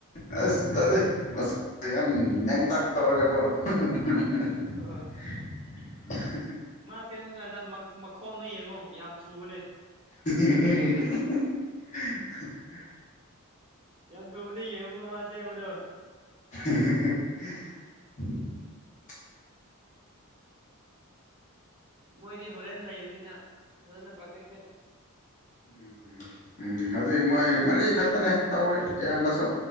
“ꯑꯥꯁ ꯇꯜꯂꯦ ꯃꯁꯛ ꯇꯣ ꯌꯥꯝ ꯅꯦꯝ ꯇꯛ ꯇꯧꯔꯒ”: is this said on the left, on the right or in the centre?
Left